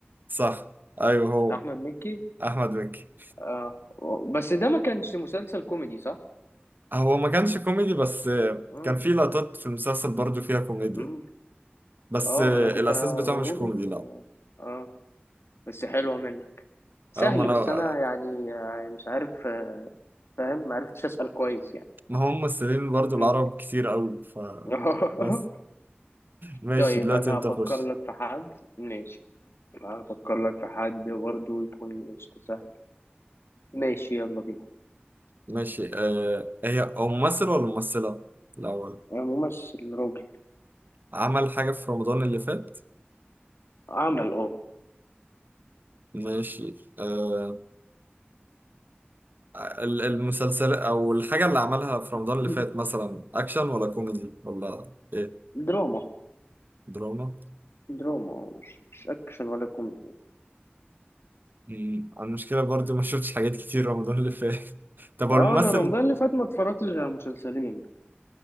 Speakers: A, on the right (about 55°); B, on the left (about 80°).
A: صح ايوه هو
B: احمد مكي
A: احمد مكي
B: اه بس ده ما كانش مسلسل كوميدي صح
A: هو ما كانش كوميدي بس آه،
B: مم.
A: كان في لقطات في المسلسل برضه فيها كوميديا
B: مم.
A: بس
B: اه
A: آه،
B: انا كنت
A: الاساس
B: هقوله
A: بتاعه مش كوميدي
B: بس
A: لا
B: اه بس حلو منه سهل
A: اه ما انا
B: بس انا يعني آه، مش عارف آه، فاهم ما عرفتش اسال كويس يعني
A: ما هم ممثلين برضو
B: مم.
A: العرب كتير قوي ف
B: <laughs>
A: بس ماشي
B: طيب
A: دلوقتي
B: انا
A: انت
B: هفكر
A: خش
B: لك في حد ماشي هفكر لك في حد برضه يكون قشطة سهل ماشي يلا بينا
A: ماشي آه هي هو ممثل ولا ممثلة الأول
B: ممثل راجل
A: عمل حاجة في رمضان اللي فات
B: عمل اه
A: ماشي آه ال- المسلسل أو الحاجة اللي عملها في رمضان
B: <clears throat>
A: اللي فات مثلا أكشن ولا كوميدي ولا إيه
B: دراما
A: دراما
B: دراما اه مش مش اكشن ولا كوميدي
A: مم، أنا المشكلة برضو ما شفتش حاجات كتير رمضان اللي فات <laughs> طب هو
B: اه
A: الممثل
B: انا رمضان اللي فات ما اتفرجتش غير على مسلسلين